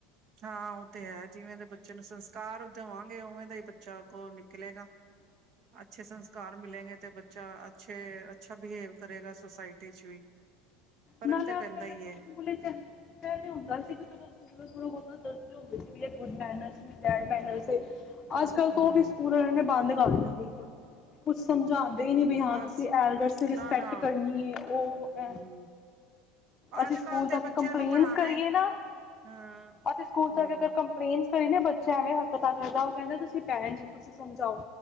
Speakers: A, on the right; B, on the left.
A: ਹਾਂ ਉਹ ਤੇ ਹੈ। ਜਿਵੇਂ ਦੇ ਬੱਚੇ ਨੂੰ ਸੰਸਕਾਰ ਦਵਾ ਉਵੇਂ ਦਾ ਹੀ ਬੱਚਾ ਅੱਗੋ ਨਿਕਲੇਗਾ, ਅੱਛੇ ਸੰਸਕਾਰ ਮਿਲੇਗੇ ਤੇ ਬੱਚਾ ਅੱਛੇ ਅੱਛਾ ਬਿਹੇਵ ਕਰੇਗਾ ਸੁਸਾਇਟੀ ਚ ਵੀ। ਫ਼ਰਕ
B: ਨਾਲੇ
A: ਤੇ
B: ਅੱਜ
A: ਪੈਂਦਾ
B: ਕੱਲ੍ਹ ਵੇਖੋ
A: ਹੀ ਹੈ
B: ਸਕੂਲ ਵਿੱਚ ਪਹਿਲੇ ਹੁੰਦਾ ਸੀ ਕਿ ਜਦੋ ਸਕੂਲ ਥੋੜਾ ਬਹੁਤਾ ਦੱਸਦੇ ਹੁੰਦੇ ਸੀ ਵੀ ਗੁੱਡ ਮੈਨਰਸ ਬੈਡ ਮੈਨਰਸ ਏ ਅੱਜ-ਕੱਲ੍ਹ ਤੋਂ
A: ਹਮ
B: ਉਹ ਵੀ ਸਕੂਲ ਅਲੇਆ ਨੇ ਬੰਦ <unintelligible> ਕੁਛ ਸਮਝਾਂਦੇ ਹੀ ਨੀ ਬ ਹਾਂ
A: ਬਸ
B: ਤੁਸੀ ਐਲਡਰ ਦੀ ਰਿਸਪੈਕਟ
A: ਨਾ ਨਾ
B: ਕਰਨੀ ਹੈ ਉਹ ਹੈਂ
A: ਹਮ
B: ਅਸੀ
A: ਅੱਜ
B: ਸਕੂਲ
A: ਕੱਲ ਤੇ
B: ਜਾ ਕੇ
A: ਬੱਚਿਆਂ
B: ਕੰਪਲੇਂਨਸ
A: ਨੂੰ ਪੜ੍ਹਾਣਾ
B: ਕਰੀਏ
A: ਹੀ
B: ਨਾ,
A: ਹਾਂ
B: ਅਸੀਂ ਸਕੂਲ
A: ਹਮ
B: ਜਾ ਕੇ ਫਿਰ ਕੰਪਲੇਂਨ ਕਈ ਨ ਬੱਚੇ ਐਵੇਂ ਹਰਕਤਾਂ ਕਰਦਾ ਉਹ ਕਹਿੰਦੇ ਤੁਸੀ ਪੈਰੈਂਟਸ ਹੋ ਤੁਸੀਂ ਸਮਝਾਓ।